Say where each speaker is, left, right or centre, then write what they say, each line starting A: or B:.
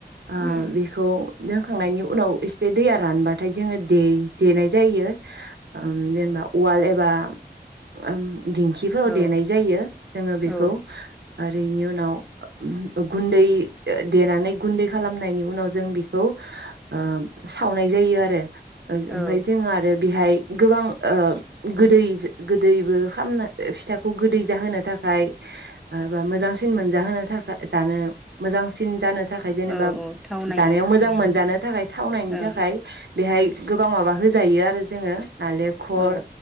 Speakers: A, on the right; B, in the centre.
A: ओ
B: उम
A: बिखौ। दोंखांनायनि उनाव एसे दैया रानबाथाय जोङो दे देनाय जायो ओम जेनेबा उवाल एबा। ओम। दिंखिफोराव
B: औ
A: देनाय जायो जोङो बेखौ
B: औ
A: आरो। दैनि उनाव, ओ ओ गुन्दै ओ देनानै गुन्दै खालामनायनि उनाव जों बेखौ, ओ सावनाय जायो आरो। ओं ओमफाय
B: औ
A: जोङो आरो बिहाय गोबां ओ गोदै गोदैबो खाम ना ओ फिथाखौ गोदै जाहोनो थाखाय ओ बा मोजांसिन मोनजाहोनो थाखाय जानो मोजांसिन जानो थाखाय जेनेबा
B: औ औ थावनायनि
A: जानायाव
B: थाखाय
A: मोजां मोनजानो थाखाय थावनायनि
B: औ
A: थाखाय बेहाय गोबां माबा होजायो आरो जोङो। नारेंखल
B: औ